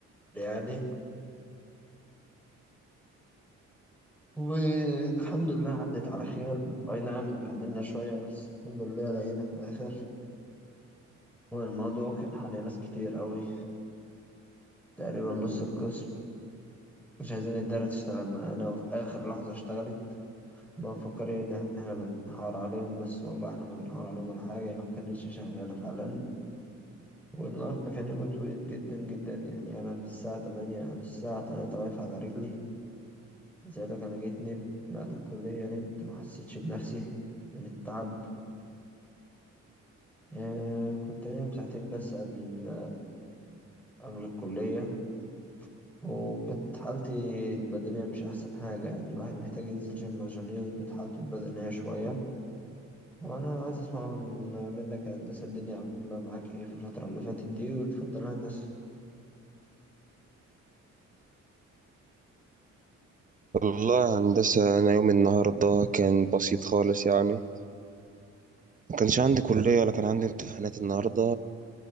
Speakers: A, in the centre; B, on the right.
A: يعني والحمد لله عدت على خير أي نعم اتبهدلنا شوية بس الحمد لله لقينا في الآخر والموضوع كان حل ناس كتير قوي تقريبا نص القسم مش عايزين الدارة تشتغل معانا وفي آخر لحظة اشتغلت ما مفكرين إن احنا بنحاور عليهم بس والله احنا ما بنحاور عليهم ولا حاجة يعني ما كانتش شغالة فعلا والنهاردة كان يوم طويل جدا جدا يعني أنا من الساعة تمانية على الساعة تلاتة واقف على رجلي لذلك أنا جيت نمت بعد الكلية نمت ما حسيتش بنفسي من التعب آه كنت نايم ساعتين بس قبل ال- قبل الكلية وكانت حالتي البدنية مش أحسن حاجة يعني الواحد محتاج ينزل جيم عشان يظبط حالته البدنية شوية وأنا عايز أسمع من منك يا هندسة الدنيا عاملة معاك إيه في الفترة اللي فاتت دي وتفضل يا هندسة
B: والله يا هندسة أنا يوم النهاردة كان بسيط خالص يعني ما كانش عندي كلية ولا كان عندي امتحانات النهاردة